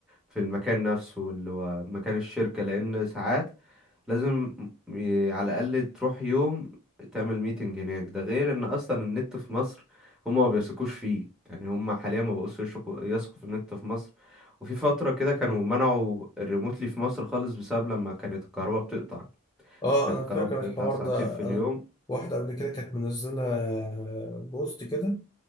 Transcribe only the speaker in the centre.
في المكان نفسه اللي هو مكان الشركة لان ساعات لازم ي- على الاقل تروح يوم تعمل ميتنج هناك ده غير ان اصلا النت في مصر هما ما بيثقوش فيه يعني هما حاليا ما بقوش يثقوا يثقوا في النت في مصر وفي فترة كده كانوا منعوا الريموتلي في مصر خالص بسبب لما كانت الكهرباء بتقطع
كانت
الكهرباء
بتقطع
ساعتين
في اليوم